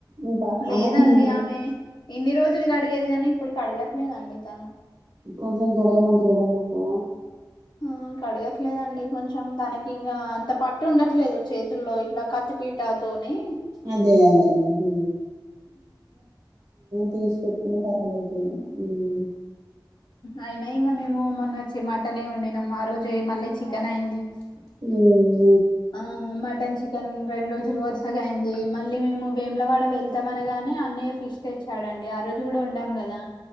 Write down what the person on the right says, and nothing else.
ఇంకా
అమ్మమ్మ ఉంది
కొంచెం కడగంటి అంటే కడగకపోవ
అదే అదే మరి తీసి పెట్ నా కడగలేక పోయిన ఇగ
ఉ